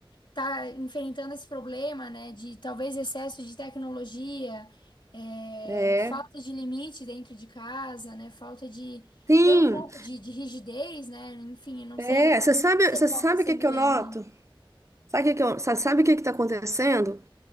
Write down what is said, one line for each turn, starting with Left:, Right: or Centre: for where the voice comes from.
Left: tá enfrentando esse problema, né, de talvez excesso de tecnologia, é,
Right: é.
Left: falta de limite dentro de casa, né, falta de
Right: sim.
Left: ter um pouco de, de rigidez, né, enfim, eu não
Right: É,
Left: sei,
Right: você sabe,
Left: não sei
Right: você
Left: qual
Right: sabe
Left: está sendo
Right: o que que
Left: o
Right: eu
Left: erro.
Right: noto? Sabe o que que eu- sa- sabe o que está acontecendo?